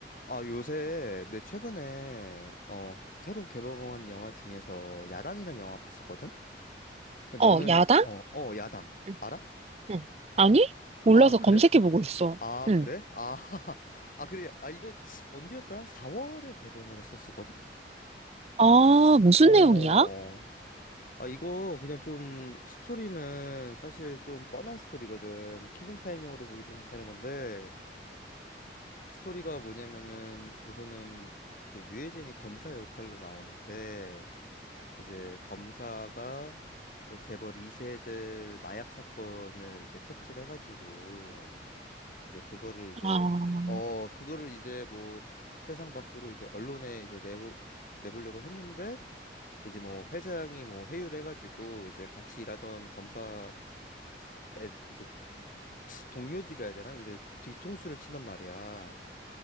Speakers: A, on the left; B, on the right.
A: 아, 요새, 내 최근에, 어, 새로 개봉한 영화 중에서 야당이란 영화 봤었거든? 너는,
B: 어, 야당?
A: 어, 어, 야당.
B: 응,
A: 알아?
B: 응. 아니? 몰라서
A: 아, 그래?
B: 검색해보고 있어.
A: 아,
B: 응.
A: 그래? 아, <laughs> 아, 그래. 아, 이거 언제였더라? 한 4월에 개봉을 했었었거든?
B: 아, 무슨
A: 어.
B: 내용이야?
A: 아, 이거 그냥 좀 스토리는 사실 좀 뻔한 스토리거든. 킬링타임용으로 보기 좀 괜찮은 건데, 스토리가 뭐냐면은 우선은 그 유해진이 검사 역할로 나오는데, 이제 검사가 뭐 재벌 2세들 마약 사건을 이제 캐치를 해가지고 이제 그거를 이제
B: 아,
A: 어 그거를 이제 뭐 세상 밖으로 이제 언론에 이제 내볼 내보려고 했는데 이제 뭐 회장이 뭐 회유를 해가지고 이제 같이 일하던 검사 에 이제 동료들이라 해야 되나 이런 뒤통수를 친단 말이야.